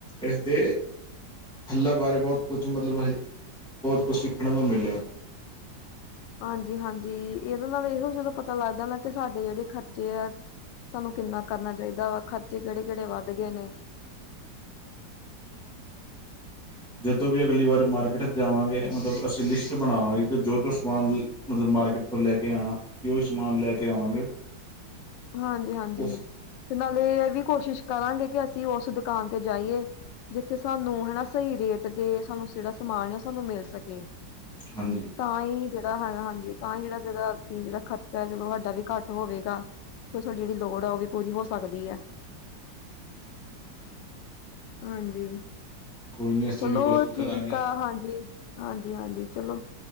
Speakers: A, in the centre; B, on the left.
A: ਇਸਦੇ ਹੱਲ ਬਾਰੇ, ਬੋਤ ਕੁਛ ਮਤਲਬ, ਬੋਤ ਕੁਛ ਸਿੱਖਣ ਨੂੰ ਮਿਲਿਆ।
B: ਹਾਂਜੀ-ਹਾਂਜੀ, ਇਹਦੇ ਨਾਲ ਇਹੋ ਜਦੋਂ ਪਤਾ ਲੱਗਦਾ ਨਾ, ਕਿ ਸਾਡੇ ਜਿਹੜੇ ਖਰਚੇ ਆ ਸਾਨੂੰ ਕਿੰਨਾ ਕਰਨਾ ਚਾਹੀਦਾ ਵਾ। ਖਰਚੇ ਕਿਹੜੇ ਕਿਹੜੇ ਵੱਧ ਗਏ ਨੇ
A: ਜਦੋਂ ਵੀ ਅਗਲੀ ਵਾਰੀ ਮਾਰਕੀਟ ਜਾਵਾਂਗੇ, ਮਤਲਬ ਅਸੀਂ ਲਿਸਟ ਬਣਾਵਾਂਗੇ, ਕਿ ਜੋ ਜੋ ਸਮਾਨ ਮਤਲਬ ਮਾਰਕੀਟ ਤੋਂ ਲੈ ਕੇ ਆਣਾ। ਅਸੀਂ ਉਹੀ ਸਮਾਨ ਲੈ ਕੇ ਆਵਾਂਗੇ
B: ਹਾਂਜੀ ਹਾਂਜੀ
A: ਉਸ
B: ਤੇ ਨਾਲੇ ਇਹ ਵੀ ਕੋਸ਼ਿਸ਼ ਕਰਾਂਗੇ ਕਿ ਅਸੀਂ ਉਸ ਦੁਕਾਨ ਤੇ ਜਾਈਏ ਜਿੱਥੇ ਸਾਨੂੰ ਹਨਾ ਸਹੀ ਰੇਟ ਤੇ ਸਾਨੂੰ ਜਿਹੜਾ ਸਮਾਨ ਆ ਉਹ ਸਾਨੂੰ ਮਿਲ ਸਕੇ
A: ਹਾਂਜੀ
B: ਤਾਂ ਹੀ ਜਿਹੜਾ ਹੈਗਾ ਹਾਂਜੀ ਤਾਂ ਹੀ ਜਿਹੜਾ ਜਿਹੜਾ ਤਿੰਨ ਦਾ ਖਰਚਾ ਜਦੋ ਸਾਡਾ ਵੀ ਘੱਟ ਹੋਵੇਗਾ ਸਾਡੀ ਜਿਹੜੀ ਲੋੜ ਹੈ ਉਹ ਵੀ ਪੂਰੀ ਹੋ ਸਕਦੀ ਹੈ।
A: ਹਾਂਜੀ ਹਾਂਜੀ
B: ਹਾਂਜੀ,
A: ਕੋਈ ਨਹੀਂ ਅਸੀਂ
B: ਚਲੋ
A: ਵੀ ਕੋਸ਼ਿਸ਼
B: ਠੀਕ
A: ਕਰਾਂਗੇ
B: ਆ ਹਾਂਜੀ ਹਾਂਜੀ ਹਾਂਜੀ ਚਲੋ